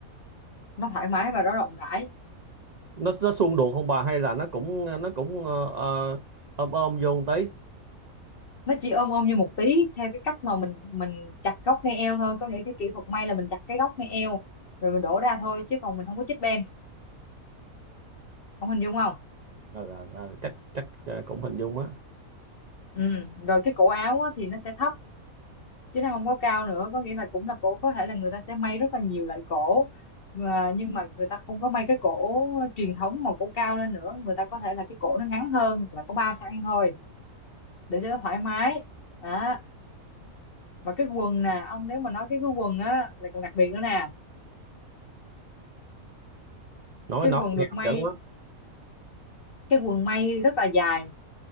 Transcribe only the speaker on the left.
nó thoải mái và nó rộng rãi
nó chỉ ôm ôm như một tí theo cái cách mà mình mình chặt góc ngay eo thôi có nghĩa cái kỹ thuật may là mình chặt cái góc ngay eo rồi mình đổ ra thôi chứ còn mình không có chích bên ông hình dung không
ừ. rồi cái cổ áo á, thì nó sẽ thấp chứ nó không có cao nữa có nghĩa là cũng là cổ có thể là người ta sẽ may rất là nhiều loại cổ Mà- nhưng mà người ta không có may cái cổ truyền thống mà cổ cao lên nữa người ta có thể là cái cổ nó ngắn hơn là có 3 xăng thôi để cho nó thoải mái đó và cái quần nè ông nếu mà nói cái cái quần á là còn đặc biệt nữa nè
cái
quần
được
may
cái quần may rất là dài